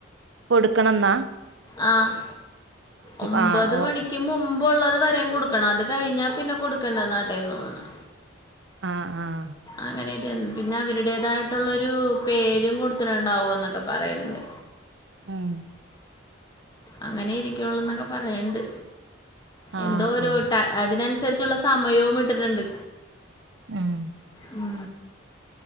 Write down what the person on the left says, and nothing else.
ആഹ് ഒമ്പത്
മണിക്ക് മുമ്പുള്ളത് വരെ കൊട് ക്കണം അത് കഴിഞ്ഞാ പിന്നെ കൊടുക്കണ്ടനാട്ടേന്ന് തോന്ന്ണ്
അങ്ങനെയട്ട പിന്നെ അവരുടേതായിട്ടുള്ളരു പേരും കൊടുത്തിട്ടുണ്ടാവോ എന്നൊക്കെ പറയുന്നുണ്ട്
അങ്ങനെ ഇരിക്കുള്ള എന്നൊക്കെ പറയണ്ട്
എന്തോ ഒരുരോട്ട
അതിനൻസരിച്ചുള്ള സമയോം ഇട്ടിട്ട്ണ്ട്
ഉം